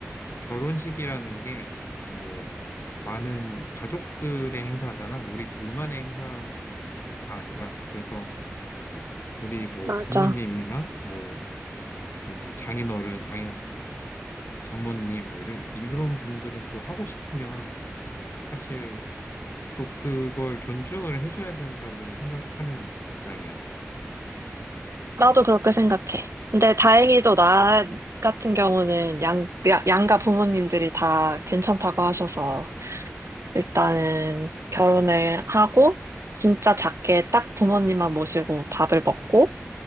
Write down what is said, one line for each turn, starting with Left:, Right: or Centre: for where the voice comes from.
Left: 결혼식이라는 게 뭐 많은 가족들의 행사잖아. 우리 둘만의 행사가 아니라. 그래서 우리 뭐
Right: 맞아.
Left: 부모님이나 뭐 저기 장인어른, 장인 장모님 뭐 이런 이런 분들은 또 하고 싶으면 사실 또 그걸 존중을 해줘야 된다고 생각하는 입장이야.
Right: 나도 그렇게 생각해. 근데 다행히도 나 같은 경우는 양, 야- 양가 부모님들이 다 괜찮다고 하셔서 일단은 결혼을 하고 진짜 작게 딱 부모님만 모시고 밥을 먹고